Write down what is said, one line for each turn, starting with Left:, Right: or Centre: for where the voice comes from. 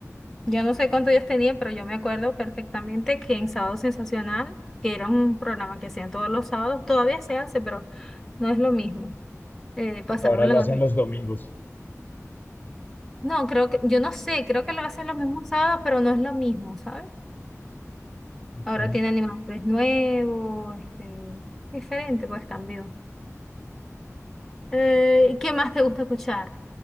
Centre: Yo no sé cuántos días tenía, pero yo me acuerdo perfectamente que en Sábado Sensacional, que era un programa que hacían todos los sábados, todavía se hace, pero no es lo mismo. Eh, pasaron
Left: Ahora lo
Centre: la noticia
Left: hacen los domingos.
Centre: No, creo que, yo no sé, creo que lo hacen los mismos sábados, pero no es lo mismo, ¿sabes?
Left: Ok.
Centre: Ahora tiene animadores nuevos, este, diferente, pues cambió. Eh, ¿qué más te gusta escuchar?